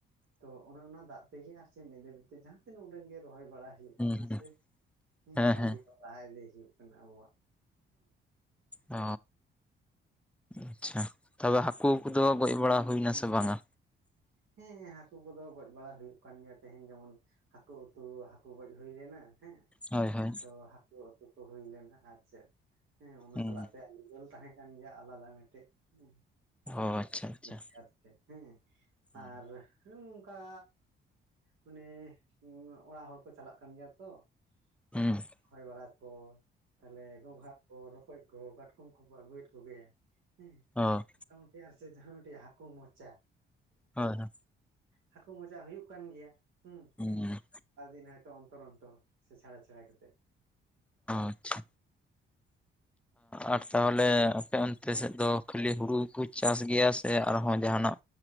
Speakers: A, on the right (about 80°); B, in the centre.
A: ᱛᱚ ᱚᱱᱮ ᱚᱱᱟ ᱫᱟᱜ ᱛᱮᱜᱮ ᱟᱨ ᱪᱮᱫ ᱱᱤᱛ ᱫᱷᱟᱹᱵᱤᱡ ᱛᱮ ᱡᱟᱦᱟᱸ ᱛᱤᱱᱟᱹᱜ ᱩᱰᱟᱹᱝ ᱜᱮ ᱨᱚᱦᱚᱭ ᱵᱟᱲᱟᱭ ᱦᱩᱭᱩᱜ
B: ᱦᱩᱸ
A: ᱠᱟᱱᱟ
B: ᱦᱩᱸ
A: ᱥᱮ ᱦᱩᱸ
B: ᱦᱮᱸ
A: ᱠᱟᱹᱢᱤ
B: ᱦᱮᱸ
A: ᱦᱚᱨᱟ ᱞᱟᱦᱟ ᱤᱫᱤ ᱦᱩᱭᱩᱜ ᱠᱟᱱᱟ ᱟᱵᱚᱣᱟᱜ
B: ᱚ ᱟᱪᱪᱷᱟ ᱛᱚᱵᱮ ᱦᱟᱹᱠᱩ ᱠᱚᱫᱚ ᱜᱚᱡ ᱵᱟᱲᱟ ᱦᱩᱭᱱᱟ ᱥᱮ ᱵᱟᱝᱟ
A: ᱦᱮᱸ ᱦᱟᱹᱠᱩ ᱠᱚᱫᱚ ᱜᱚᱡ ᱵᱟᱲᱟ ᱦᱩᱭᱩᱜ ᱠᱟᱱ ᱜᱮᱭᱟ ᱛᱮᱦᱮᱧ ᱡᱮᱢᱚᱱ ᱦᱟᱹᱠᱩ ᱩᱛᱩ ᱦᱟᱹᱠᱩ ᱜᱚᱡ ᱦᱩᱭ ᱞᱮᱱᱟ ᱦᱮᱸ
B: ᱦᱳᱭ ᱦᱳᱭ
A: ᱛᱚ ᱦᱟᱹᱠᱩ ᱩᱛᱩ ᱠᱚ ᱦᱩᱭ ᱞᱮᱱᱟ ᱟᱨ ᱪᱮᱫ ᱦᱮᱸ ᱚᱱᱟ
B: ᱦᱩᱸ
A: ᱥᱟᱞᱟᱜ ᱛᱮ ᱟᱹᱞᱩ ᱫᱟᱹᱞ ᱛᱟᱦᱮᱸ ᱠᱟᱱ ᱜᱮᱭᱟ ᱟᱞᱟᱫᱟ ᱢᱤᱫᱴᱮᱡ <unintelligible>
B: ᱚ ᱟᱪᱪᱷᱟ ᱟᱪᱪᱷᱟ
A: ᱦᱮᱸ
B: ᱦᱩᱸ
A: ᱟᱨ ᱱᱚᱝᱠᱟ ᱢᱟᱱᱮ ᱚᱲᱟᱜ ᱦᱚᱲ ᱠᱚ ᱪᱟᱞᱟᱜ ᱠᱟᱱ ᱜᱮᱭᱟ ᱛᱚ
B: ᱦᱩᱸ
A: ᱦᱮᱸ ᱨᱚᱦᱚᱭ ᱵᱟᱲᱟ ᱠᱚ ᱛᱟᱞᱦᱮ ᱜᱚᱝᱜᱷᱟᱜ ᱠᱚ ᱨᱚᱠᱚᱡ ᱠᱚ ᱠᱟᱴᱠᱚᱢ ᱠᱚᱠᱚ ᱟᱹᱜᱩᱭᱮᱫ ᱠᱚᱜᱮᱭᱟ ᱦᱮᱸ
B: ᱦᱳ
A: <unintelligible> ᱥᱮ ᱡᱟᱦᱟᱸ ᱢᱤᱫᱴᱮᱡ ᱦᱟᱹᱠᱩ ᱢᱚᱪᱟ
B: ᱦᱳᱭ ᱦᱳᱭ
A: ᱦᱟᱹᱠᱩ ᱢᱚᱡᱟ ᱦᱩᱭᱩᱜ ᱠᱟᱱ ᱜᱮᱭᱟ ᱦᱩᱸ
B: ᱦᱩᱸ
A: ᱟᱹᱵᱤᱱ ᱦᱚᱭᱛᱳ ᱚᱱᱛᱚᱨ ᱚᱱᱛᱚᱨ ᱥᱮ ᱪᱷᱟᱲᱟ ᱪᱷᱟᱲᱟ ᱠᱟᱛᱮᱫ
B: ᱟᱪᱪᱷᱟ ᱟᱨ ᱛᱟᱦᱚᱞᱮ ᱟᱯᱮ ᱚᱱᱛᱮ ᱥᱮᱫ ᱫᱚ ᱠᱷᱟᱹᱞᱤ ᱦᱩᱲᱩ ᱜᱮᱠᱚ ᱪᱟᱥ ᱜᱮᱭᱟ ᱥᱮ ᱟᱨᱦᱚᱸ ᱡᱟᱦᱟᱱᱟᱜ